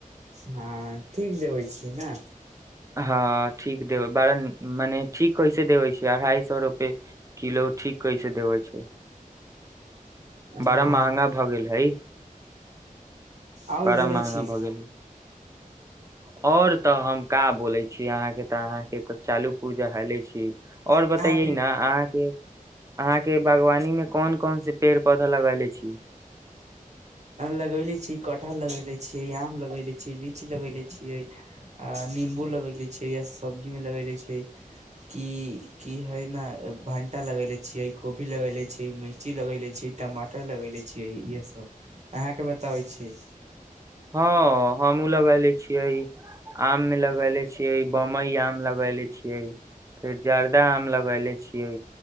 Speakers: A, on the right; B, on the right.
A: हँ ठीक देबै छीय ना
B: हँ ठीक देब बर मने ठीक कैसे देबै छै अढ़ाई सो रुपे किलो ठीक कैसे देबे छै बड़ा
A: हँ
B: महंगा भऽ गेल हइ
A: आउ
B: बड़ा
A: बोलै
B: महंगा
A: छी <inaudible>
B: भऽ गेल हइ और तऽ हम का बोले छी अहाँ के ते अहाँ के त चालू पुर्जा हेले छी ओर
A: अहाँके
B: बतैयै न अहाँके अहाँके बागवानी में कोन कोन से पेड़ पौधा लगइले छी
A: लगले छी कठहल लगले छीयै आम लगले छीय लीची लगले छियै आ निंबू लगले छियै य सब्जी मे लगले छी कि की हय ने भंटा लगले छियै कोभी लगले छी मिर्ची लगले छी टमाटर लगले छियै इहे सब अहाँके बताबै छी
B: हँ हमहु लगेले छियै आम मे लगले छियै बम्बई आम लगले छियै फेर जर्दा आम लगले छीयै